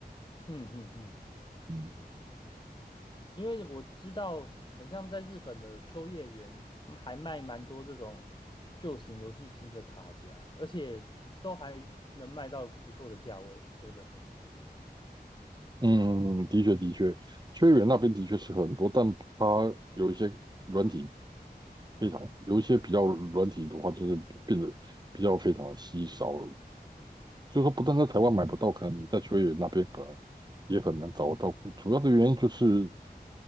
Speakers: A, on the left (about 30°); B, on the right (about 25°).
A: 嗯嗯嗯。
B: 嗯
A: 因为我知道，很像在日本的秋叶原嗯还卖蛮多这种旧型游戏机的卡夹，而且都还能卖到不错的价位。说真的，
B: 嗯，的确的确，秋叶原那边的确是很多，但它有一些软体非常，有一些比较软体的话，就是变得比较非常的稀少，就是说不但在台湾买不到，可能你在秋叶原那边可能也很难找得到。主要的原因就是